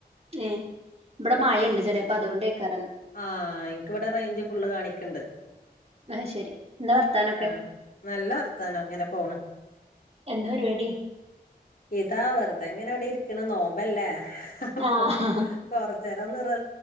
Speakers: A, on the right (about 40°); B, on the left (about 60°).
A: ഏ ഇബടെ മഴണ്ട് ചെലേപ്പം അതോണ്ടേ ക്കാരം
B: ആഹ് ൻക്ക്‌ബടെ റേഞ്ച് ഫുള് കാണിക്ക്ണ്ട്
A: അത് ശരി എന്താ വർത്താനൊക്കെ
B: ആഹ് നല്ല വർത്താനം ഇങ്ങനെ പോണ്
A: എന്താ പരിപാടി
B: ഇതാ വെറുതെ ഇങ്ങനെ എവിടെ ഇരിക്കണ നോമ്പല്ലേ അപ്പൊ
A: ആഹ്
B: തൊറ ചെരവെന്ന്റ